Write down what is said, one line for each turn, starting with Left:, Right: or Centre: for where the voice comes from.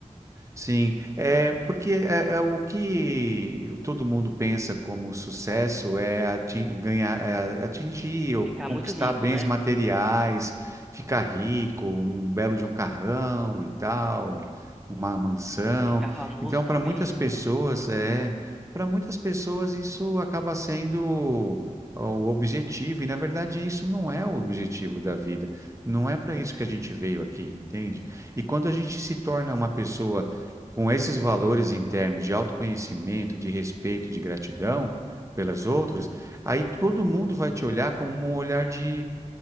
Right: Sim, é porque é, é o que todo mundo pensa como sucesso é ati- ganhar, é atingir ou
Centre: Ficar
Right: conquistar
Centre: muito rico,
Right: bens
Centre: né?
Right: materiais, ficar rico, um belo de um carrão e tal, uma mansão.
Centre: Ficar famoso,
Right: Então,
Centre: talvez,
Right: para muitas pessoas,
Centre: também.
Right: é, para muitas pessoas isso acaba sendo o objetivo, e na verdade isso não é o objetivo da vida. Não é para isso que a gente veio aqui, entende? E quando a gente se torna uma pessoa com esses valores internos de autoconhecimento, de respeito, de gratidão pelas outras, aí todo mundo vai te olhar como um olhar de,